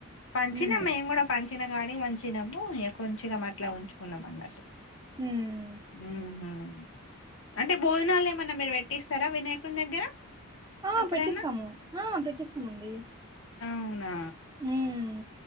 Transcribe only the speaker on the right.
ఉమ్,
ఉమ్.
ఆహ్.
పెట్టిస్తాము ఆహ్ పెట్టిస్తామండి
ఉమ్.